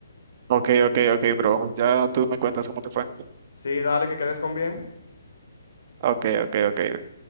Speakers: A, on the right; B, on the left.
A: Ok, ok, ok, bro. Ya tú me cuentas cómo te fue.
B: Sí, dale, que quedes con bien.
A: Ok, ok, ok.